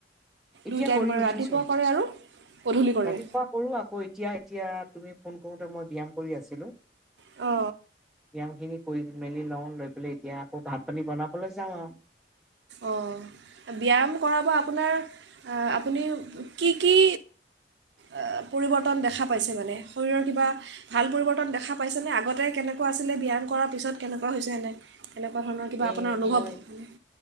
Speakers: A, in the centre; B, on the right.
A: এতিয়া
B: দুই টাইম
A: কৰি
B: কৰে
A: উঠিছোঁহে।
B: ৰাতিপুৱা কৰে আৰু গধূলি কৰে।
A: ৰাতিপুৱা কৰো আকৌ এতিয়া এতিয়া তুমি ফোন কৰোতে মই ব্যায়াম কৰি আছিলো।
B: অ।
A: কাম খিনি কৰি মেলি লওঁ লৈ পেলাই এতিয়া আকৌ ভাত পানী বনাবলৈ যাওঁ আৰু।
B: অঁ ব্যায়াম কৰাব আপোনাৰ আপুনিও কি কি? অ পৰিৱৰ্তন দেখা পাইছে মানে শৰীৰৰ কিবা। ভাল পৰিৱৰ্তন দেখা পাইছেনে আগতে কেনেকুৱা আছিলে ব্যায়াম কৰাৰ পিছত কেনেকুৱা হৈছে এনে। এনেকুৱা ধৰণৰ কিবা
A: এই
B: আপোনাৰ অনুভৱ
A: মই
B: মানে।